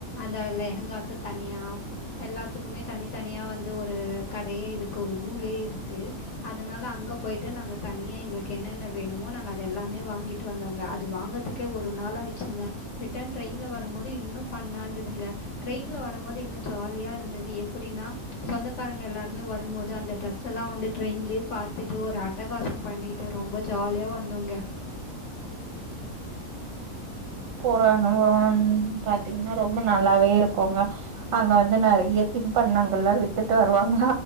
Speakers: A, on the left; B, on the right.
A: அந்த லெஹங்காக்கு தனியா எல்லாத்துக்குமே தனித்தனியா வந்து ஒரு கடையே இருக்கு ஒரு ஊரே இரு க்கு அதனால அங்க போய்ட்டு நாங்க தனியே எங்ளுக்கு என்னென்ன வேணுமோ நாங்க அத எல்லாமே வாங்கிட்டு வந்தோங்க அது வாங்கதுக்கே ஒரு நாள் ஆய்டுச்சுங்க ரிட்டர்ன் ட்ரெயின்ல வரும் போது இன்னும் ஃபன்னா இருந்ததுங்க ட்ரெயினில வரும்போது இன்னு ஜாலியா இருந்தது எப்டின்னா சொந்தக்காரங்க எல்லாருமே வரும்போது அந்த ட்ரெஸ் ஃப்ரெண்ட்ஸ் எல்லா வந்து ட்ரெயின்லே பாத்துட்டு ஒரு அட்டகாசம் பண்ணிட்டு ரொம்ப ஜாலியா வந்தோங்க
B: இப்ப நம்மோ வந்து பாத்தீங்னா ரொம்ப நல்லாவே இருக்கோங்க அங்க வந்து நறைய தின்பண்டங்கல்லா வித்துட்டு வருவாங்க